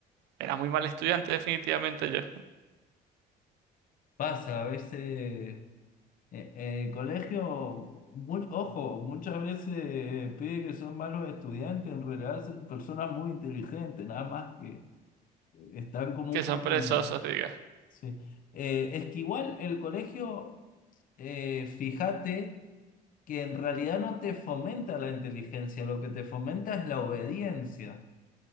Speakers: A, on the right; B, on the left.
A: Era muy mal estudiante, definitivamente yo.
B: Pasa, a veces Eh, eh, En el colegio, mu- ojo, muchas veces eh, pide que son malos estudiantes, en realidad son personas muy inteligentes, nada más que están como
A: Que
B: un
A: son
B: poco...
A: perezosos,
B: na-
A: diga.
B: Sí. Eh, es que igual el colegio, eh, fíjate que en realidad no te fomenta la inteligencia, lo que te fomenta es la obediencia.